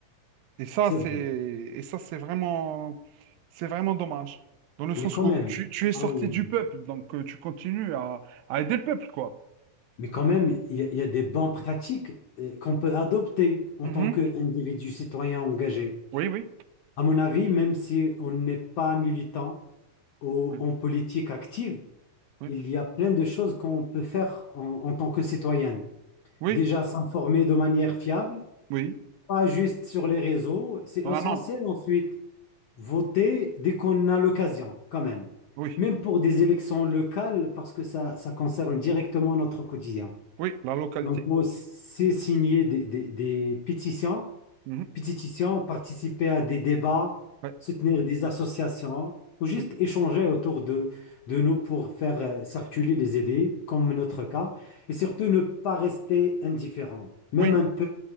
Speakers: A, on the right; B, on the left.
A: Et ça,
B: c'est
A: c'est
B: vrai.
A: et ça, c'est vraiment c'est vraiment dommage. Dans le sens
B: Mais quand
A: où
B: même,
A: tu, tu es sorti
B: ah oui. oui,
A: du
B: oui.
A: peuple, donc euh, tu continues à, à aider le peuple, quoi.
B: Mais quand même, il y, a il y a des bonnes pratiques euh, qu'on
A: Mm.
B: peut adopter en
A: Mhm.
B: tant qu'individu citoyen engagé.
A: Oui, oui.
B: À mon avis, même si on n'est pas militant ou
A: Oui,
B: en politique active,
A: oui,
B: il y a plein de choses qu'on peut faire en en tant que citoyen.
A: oui.
B: Déjà s'informer de manière fiable,
A: oui.
B: pas juste sur les réseaux, c'est essentiel
A: Vraiment.
B: ensuite. Voter dès qu'on a l'occasion, quand même.
A: Oui,
B: Même pour des élections locales, parce que ça, ça concerne directement notre quotidien.
A: oui, la localité.
B: Donc, moi, c'est signer des, des, des pétitions,
A: Mhm.
B: pétitions, participer à des débats,
A: Ouais.
B: soutenir des associations, ou juste
A: Oui,
B: échanger autour de, de nous pour faire euh, circuler les idées, comme notre cas, et surtout ne pas rester indifférent. Même
A: oui,
B: un peu,